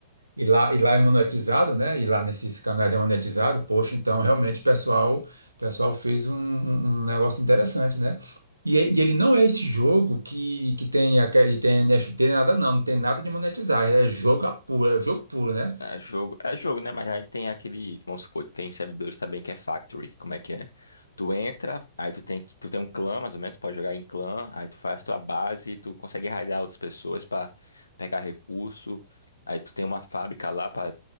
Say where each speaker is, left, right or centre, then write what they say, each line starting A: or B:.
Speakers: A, on the right; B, on the left.
A: e lá, e lá é monetizado, né? E lá nesses canais é monetizado, poxa, então realmente o pessoal, o pessoal fez um, um- um negócio interessante, né? E, e ele não é esse jogo que, que tem, aquele- tem NFT, nem nada, não, não tem nada de monetizar, é jogo a puro, é jogo puro, né?
B: É jogo, é jogo, né? Mas aí tem aquele, vamos supor, tem servidores também que é factory. Como é que é? Tu entra, aí tu tem que, tu tem um clã, mais ou menos, tu pode jogar em clã, aí tu faz tua base, tu consegue raidar outras pessoas pra pegar recurso. Aí tu tem uma fábrica lá para,